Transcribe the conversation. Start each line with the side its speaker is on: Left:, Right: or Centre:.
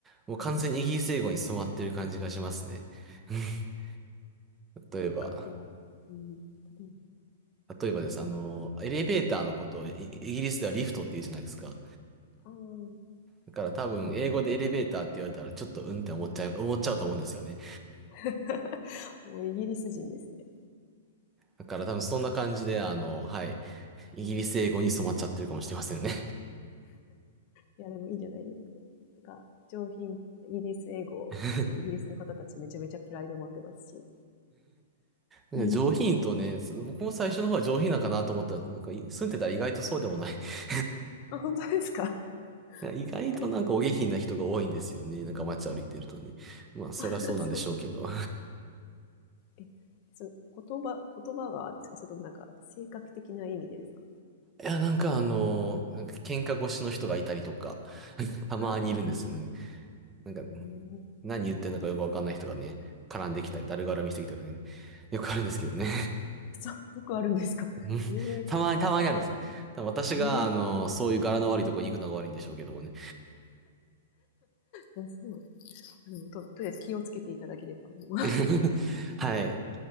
Right: もう完全にイギリス英語に染まってる感じがしますね。
Left: ああ、
Right: <laughs> 例えば、
Left: 深いや、うん。例え
Right: 例えばです。あの、エレベーターのことをイイギリスではリフトって言うじゃないですか。
Left: ばああ、
Right: だから多分、
Left: そうですね。
Right: 英語でエレベーターって言われたら、ちょっとうんって思っちゃう、思っちゃうと思うんですよね。
Left: <laughs> もうイギリス人ですね。
Right: だから多分そんな感じで、あの、はい、イギリス英語に染まっちゃってるかもしれませんね。
Left: うん。いや、でもいいんじゃないですか。なんか、上品、イギリス英語ってイギリスの方たちめちゃめちゃプライド持ってますし。
Right: <laughs> なんか上品とね、
Left: うん
Right: 僕も最初の方は上品なんかなと思ったら、なんか住んでたら意外とそうでもない <laughs>
Left: あ、本当ですか
Right: 意外となんかお下品な人が多いんですよね。
Left: あれ
Right: なんか街歩いてるとね。まあ、そりゃそうなんでしょうけど。
Left: <laughs> そうなんえその言葉、言葉がですかそれともなんか、性格的な意味でですか
Right: いや、なんかあの、なんか喧嘩腰の人がいたりとか、<laughs> たまにいるんですよね。
Left: ああ、
Right: なんか、
Left: え
Right: 何言ってんのかよくわかんない人がね、絡んできたり、だるがらみしてきたりね、よくあるんですけどね。
Left: えそう、よくあるんですかええそ
Right: <laughs> うんたまに、たまにあるんですよ。
Left: うなんだ。
Right: 多分私が、
Left: ええ
Right: あの、そういう柄の悪いとこに行くのが悪いんでしょうけどもね。
Left: いやそう。でもと、とりあえず気をつけていただければもう。
Right: <laughs> はい。